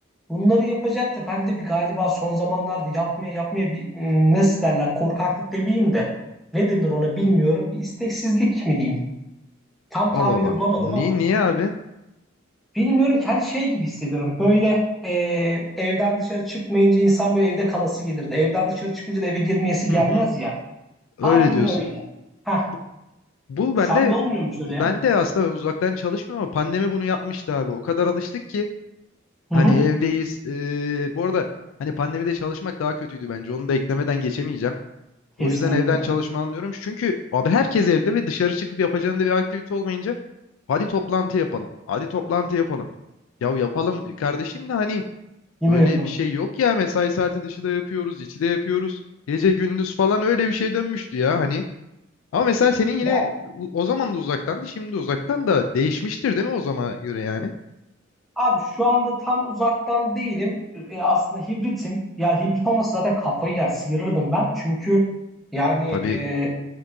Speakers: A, in the centre; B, on the left.
A: Bunları yapacaktı. Ben de bir galiba son zamanlarda yapmaya yapmaya bir m, nasıl derler korkaklık demeyeyim de. Ne denir ona bilmiyorum. Bir isteksizlik mi diyeyim? Tam tabiri
B: Allah Allah.
A: bulamadım
B: Niye,
A: ama.
B: niye abi?
A: Bilmiyorum ki hani şey gibi hissediyorum. Böyle e, evden dışarı çıkmayınca insan böyle evde kalası gelirdi. Evden dışarı çıkınca da eve girmeyesi gelmez
B: Hı hı.
A: ya.
B: Öyle
A: Aynı
B: diyorsun.
A: öyle. Heh,
B: Bu, bu
A: sende
B: bende
A: olmuyor mu hiç öyle
B: ben
A: ya?
B: aslında ben uzaktan çalışmıyorum ama pandemi bunu yapmıştı abi. O kadar alıştık ki
A: Hı
B: hani
A: hı,
B: evdeyiz. Ee, bu arada hani pandemide çalışmak daha kötüydü bence. Onu da eklemeden geçemeyeceğim. O
A: kesinlikle.
B: yüzden evden çalışma anlıyorum. Çünkü abi herkes evde ve dışarı çıkıp yapacağında bir aktivite olmayınca hadi toplantı yapalım. Hadi toplantı yapalım. Ya yapalım kardeşim de hani
A: Yine
B: böyle
A: yapalım.
B: bir şey yok ya mesai saati dışı da yapıyoruz, içi de yapıyoruz. Gece gündüz falan öyle bir şeye dönmüştü ya hani. Ama mesela senin yine
A: Ya
B: u- o zaman da uzaktandı, şimdi de uzaktan da değişmiştir değil mi o zaman göre yani?
A: abi şu anda tam uzaktan değilim. E, aslında hibritim. Yani hibrit olmasa zaten kafayı yer, sıyırırdım ben. Çünkü yani
B: Tabii.
A: e,